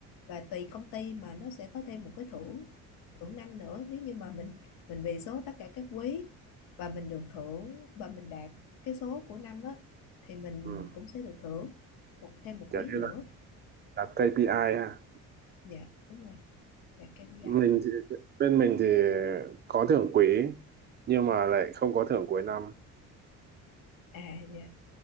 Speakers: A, on the left; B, on the right.
A: và tùy công ty mà nó sẽ có thêm một cái thưởng thưởng năm nữa nếu như mà mình mình về số tất cả các quý và mình được thưởng và mình đạt cái số của năm á thì mình
B: ừ
A: cũng sẽ được thưởng một thêm một
B: kiểu
A: quý
B: như
A: nữa
B: là đặt KPI ha
A: dạ đúng rồi đạt KPI
B: mình
A: á.
B: thì, bên mình thì có thưởng quý nhưng mà lại không có thưởng cuối năm
A: à dạ.